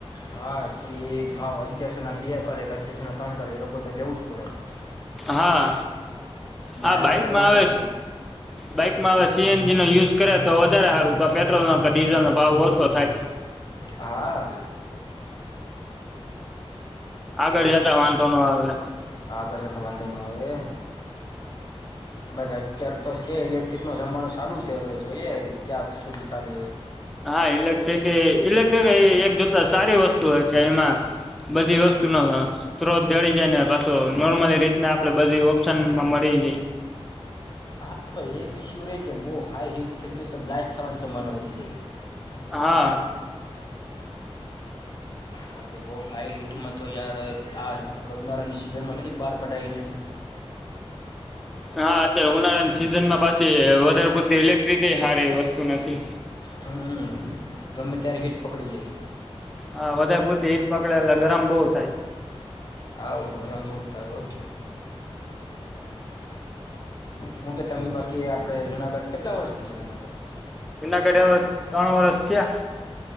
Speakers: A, on the left (about 40°); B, in the centre.
A: હા પછી એ ભાવ અગિારસ ના બે કરે કે અગયારસો ના ત્રણ કરે એ લોકો તો લેવું જ પડે.
B: હા
A: ત્યાં
B: હ બાઈક
A: લાકડા
B: માં
A: ના
B: આવે.
A: ભરાય
B: બાઈકમાં હવે સીએનજી નો યુઝ કરે તો વધારે સારું તો પેટ્રોલ ન કે ડીઝલ નો ભાવ ઓછો થાય.
A: હા.
B: આગળ જતા વાંધો ન આવે
A: અ આગ તમા ધનો આવેવે બાગ અત્યારે તો છે ઇલેક્ટ્રિક નો જમાનો ચાલુ છે હવે જોઈએ ક્યાં સુધી ચાલે
B: હા ઇલેક્ટ્રિક એ ઇલેક્ટ્રિક એ એક જોતા સારી વસ્તુ હો કે એમાં બધી વસ્તુનો સ્ત્રોત જળી જાય ને પાછો નોર્મલી રીતને આપડે બધી ઓપ્શનમાં મળી થ ગઈ
A: હા તો એક ઇશુ કે બહુ હાાઈ હિટ થઈ ગયું તો બ્લાસ્ટ થવાની સંભાવના વધી જાય
B: હા
A: બાકી બહ હાઈ હિટ મ તો યાર આ આપણે ઉનાળાની સિઝનમાં થોડીક બહાર કઢાયીને
B: હા અ ઉનાળાની સિઝનમાં પછી વધારે પૂરતી ઇલેક્ટ્રિક સારી એ વસ્તુ નથી
A: હમ ગમે ત્યારે હીટ પકડી લઈ
B: હા વધારે પૂરતી હીટ પકડે એટલે ગરમ બહુ થાય
A: હા હ ગરમ બહ થયો હું કે તમે બાકી આપડે જુનાગઢ કેટલા વર્ષથી છે જુનાગઢ
B: વિના કર્યા ત્રણ વરષ થયા